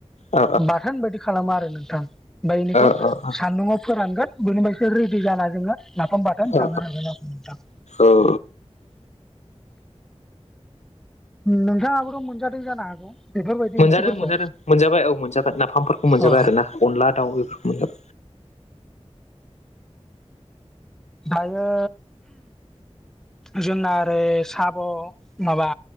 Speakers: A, on the left; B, in the centre.
A: औ
B: बाथोन बायदि। खालामा आरो नोंथां ओमफ्राय बेनिखौ
A: अ-अ
B: सानदुङआव फोरानांगोन बेनिफ्रायसो रेडि जा जोङो नाफाम बाथोन
A: औ
B: जानो हागोन नोंथां।
A: औ औ।
B: नोंथाङाबोथ' मोनजादों जानो हागौ बेफोरबायदि
A: मोनजादों
B: ओंख्रिफोरखौ
A: मोनजादों मोनजाबाय औ मोनजाबाय नाफामफोरखौ मोनजाबाय
B: अ
A: आरो ना अनला दाउ बेफोरखौ मोनो
B: दायो जोंना ओरै साब माबा